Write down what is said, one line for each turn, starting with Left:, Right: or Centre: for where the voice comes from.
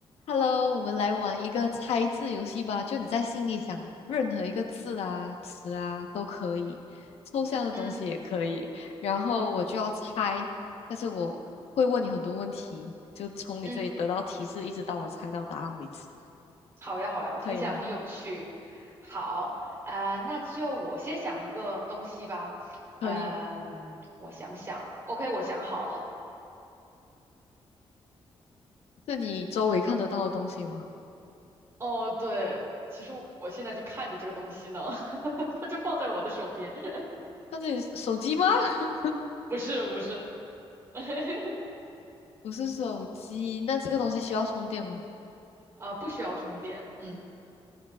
Left: Hello，我们来玩一个猜字游戏吧。就你在心里想任何一个字啊、词啊都可以，抽象的东西也可以。
Right: 嗯
Left: 然后我就要猜，但是我会问你很多问题，就从你这里得到提示，
Right: 嗯，
Left: 一直到我猜到答案为止，
Right: 好呀好呀，听起来很有趣。
Left: 可以吗？
Right: 好，呃，那就我先想一个东西吧。
Left: 可以。
Right: 嗯、我想想，OK，我想好了。
Left: 是你周围看得到的东西吗？
Right: 哦，对，其实我我现在就看着这个东西呢，<laughs> 它就放在我的手边。<laughs>
Left: 看这里手机吗？<laughs>
Right: 不是不是，<laughs>
Left: 不是手机，那这个东西需要充电吗？
Right: 啊、不需要充电。嗯，